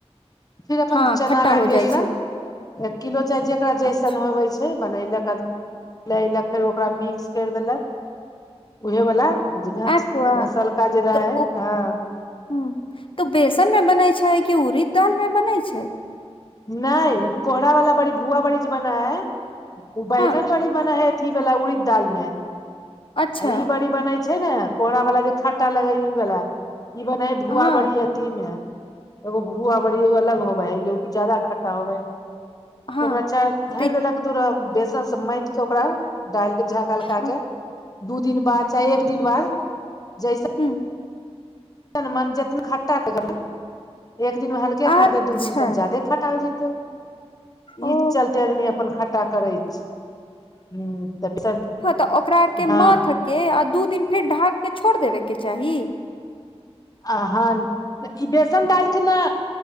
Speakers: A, on the left (about 35°); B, on the left (about 55°).
A: फिर अपन
B: हँ
A: चना
B: खट्टा
A: के
B: हो जाइ
A: बेसन
B: छै
A: एक किलो चाय जेकरा जैसन
B: अच्छा
A: होवे छै बनलक आदमी लैलक फेर ओकरा मिक्स कर देलक उहे वला घ
B: आ पुआ
A: घसलका जे रह
B: तऽ
A: है
B: ओ
A: हँ
B: ह तो बेसन में बनै छै कि उरीद दाल में बनै छै
A: नहि कोहरा वाला बड़ी भुआ बड़ी जे बनाए है ओ बैगन
B: हँ
A: बड़ी बना है अथी बाल उड़िद दाल में
B: अच्छा
A: आ ई बारी बनै छै छै ने कोहरा वाला जे खट्टा लग ई वाला ई बने हैं भुआ
B: हँ
A: बरी है एगो भूआ बरी अलग होबै है ज्यादा खट्टा होबै है
B: हँ
A: ओकरा चार धरि
B: तऽ
A: देलक दूरा बेसन से माइथ के ओकरा डालिक के झाका
B: ह
A: दू दिन बाद चाहे एक दिन बाद जैसे
B: ह्म
A: तन मन जतन खाटा क ज एक दिन हलके
B: अच्छा
A: खट दे दू दिन तनी जादे खाटा हो जतै
B: ओ
A: ई चलते आदमी अपन खट्टा करे छै ह तऽ बेसन
B: त ओकरा आर के
A: हँ
B: मत के आ दू दिन फेर ढाक के छोड़ देबे के चाही
A: आहन ई बेसन डालिके ने